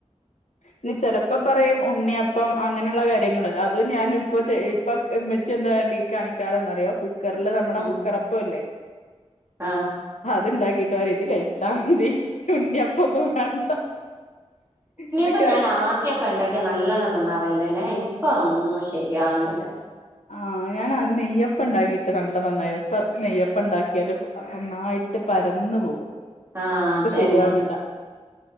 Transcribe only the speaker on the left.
ഇനി ചെലപ്പം പറയും ഉണ്ണിയപ്പം അങ്ങനെയുള്ള കാര്യങ്ങള്ൾ അത് ഞാനിപ്പോ ഇപ്പ മെച്ച് എന്താ ഈ കാണിക്ക <unintelligible> കുക്കറില് നമ്മുടെ
കുക്കറപ്പല്ലേ
ഇത്ണ്ടാക്കിട്ട് പരിം കഴിച്ചാൽ മതി ഉണ്ണിയ അപ്പൊ ഒന്നും വേണ്ട ഇതൊക്കെ
ആ ഞൻ നെയ്യപ്പ ഉണ്ടാക്കിട്ട് നല്ല നന്നായി ഇപ്പ നെയ്യപ്പ ഉണ്ടാക്കിയാല് നന്നായി. <unintelligible> പരന്നു പോവാ
ഇപ്പ
ശരിയാവണില്ല